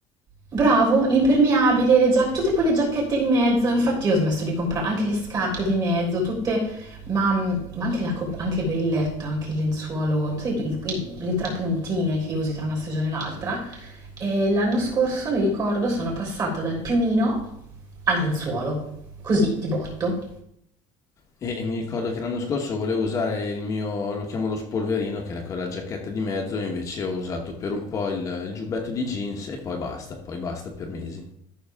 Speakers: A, on the right (about 35°); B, on the left (about 25°).
A: Bravo, l'impermeabile, le giac tutte quelle giacchette di mezzo, infatti io ho smesso di comprare anche le scarpe di mezzo, tutte, ma, ma anche, la cop- anche per il letto, anche il lenzuolo, sai, il- il- le trapuntine che usi tra una stagione e l'altra. E l'anno scorso, mi ricordo, sono passata dal piumino al lenzuolo, così di botto.
B: E, e mi ricordo che l'anno scorso volevo usare il mio, lo chiamo lo spolverino, che era quella giacchetta di mezzo, e invece ho usato per un po' il, il giubbetto di jeans e poi basta, poi basta per mesi.